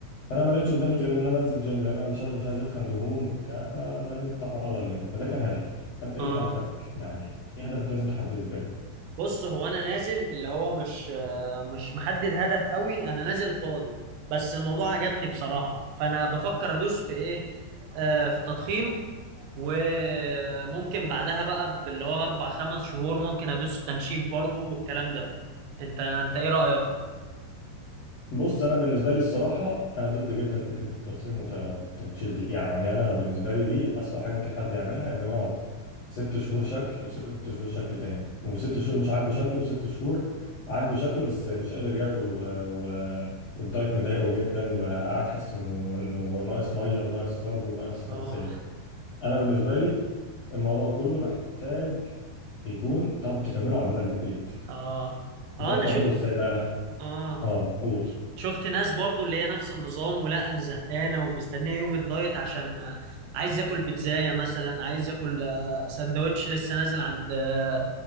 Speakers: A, on the left; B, on the right.
A: فانا ما لقيتش قدامي غير ان انا انزل جيم لان انا مش عايز مش عايز اتخن دهون وبتاع فبني عضل يعني فده كان هدفي فانت ايه
B: اه
A: هدفك يعني ايه هدفك لازم تحدده كده
B: بص هو انا نازل اللي هو مش آه، مش محدد هدف قوي انا نازل فاضي بس الموضوع عجبني بصراحه فانا بفكر ادوس في ايه آه، في تضخيم وممكن بعدها بقى اللي هو اربع خمس شهور ممكن ادوس تنشيف برضو والكلام ده انت انت ايه رأيك
A: بص انا بالنسبه لي الصراحه انا ضد جدا فكره التضخيم والت- والتنشيف دي يعني انا بالنسبه لي دي اسوأ حاجه ممكن حد يعملها انه يقعد ست شهور شكل وست شهور شكل تاني وست شهور مش عاجبه شكله وست شهور عاجبه شكله بس مش قادر ياكل و... و... والدايت مضايقه جدا وقاعد حاسس انه إنه ناقص ميه وناقص كارب وناقص تغذيه
B: اه
A: انا بالنسبه لي الموضوع كله محتاج يكون تعرف تكمله على المدى البعيد
B: اه اه
A: ده
B: انا
A: تعمله
B: شفت
A: ازاي بقى
B: اه
A: اه قول
B: شفت ناس برضو اللي هي نفس النظام ولا انا زهقانه ومستنيه يوم الدايت عشان آه، عايز اكل بيتزايه مثلا عايز اكل آه، سندوتش لسه نازل عند آه،